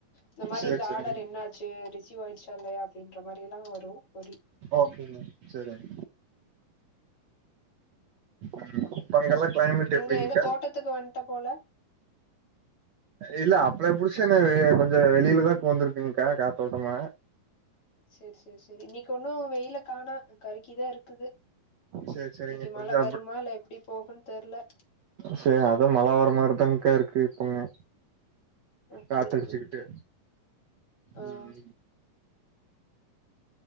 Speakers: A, on the left; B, on the right.
A: இந்த மாரி
B: சேரி
A: இந்த
B: சேரிங்க
A: ஆர்டர் என்ன ஆச்சு ரிசீவ் ஆயிடுச்சா இல்லயா அப்டின்ற மாரி எல்லா வரு கொறி
B: ஓகேங்க செரிங் ம் அங்கல்ல கிளைமேட் எப்டிங்க்கா
A: எங்க எங்க தோட்டத்துக்கு வன்ட்ட போல
B: இல்ல அப்ளா புடிச்சு என்ன கொஞ்ச வெளிலதா உக்காந்திருக்கேங்க்கா காத்தோட்டமா
A: சேர் சேர் சரி இன்னிக்கி ஒன்னு வெயில காணோ கருக்கிதா இருக்குது
B: சேரி சேரிங்க
A: இன்னிக்கி மழ
B: கொஞ்சோ
A: வருமா இல்ல எப்டி போகுன்னு தெர்ல
B: சே அதா மழ வர்ர மாரிதாங்க்கா இருக்கு இப்பமே
A: ஓகே
B: காத்தடிச்சுக்கிட்டு
A: ஓகே ஓகே ஆ
B: ம்